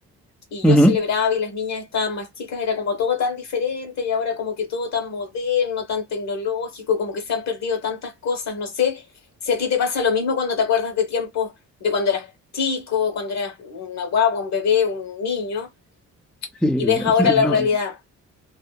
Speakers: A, on the left; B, in the centre.
A: y
B: Ujú.
A: yo celebraba y las niñas estaban más chicas, era como todo tan diferente y ahora como que todo tan moderno, tan tecnológico, como que se han perdido tantas cosas, no sé si a ti te pasa lo mismo cuando te acuerdas de tiempos de cuando eras chico, cuando eras una guagua, un bebé, un niño
B: Sí,
A: y ves ahora
B: es- no,
A: la realidad,